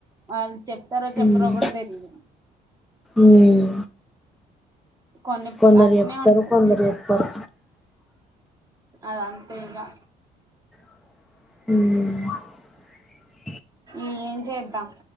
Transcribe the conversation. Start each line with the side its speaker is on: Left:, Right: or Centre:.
Right: అల్ చెప్తారో చెప్పరో
Centre: ఉమ్
Right: కూడా తెలీదు
Centre: ఉమ్
Right: కొన్ని
Centre: కొందరు
Right: అట్నే
Centre: చెప్తారు
Right: ఉంటాయి
Centre: కొందరు చెప్పరు
Right: అదంతే ఇగా
Centre: మ్
Right: ఏం చేద్దా